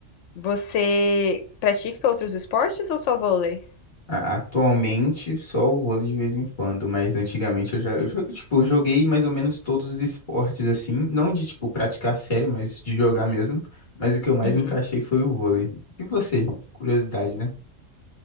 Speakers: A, on the left; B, on the left.
A: você pratica outros esportes ou só vôlei?
B: A- Atualmente só o vôlei de vez em quando, mas antigamente eu já, eu, jo- tipo, eu joguei mais ou menos todos os esportes assim, não de tipo praticar sério, mas de jogar mesmo. Mas o que eu mais
A: Uhum.
B: me encaixei foi o vôlei. E você? Curiosidade, né?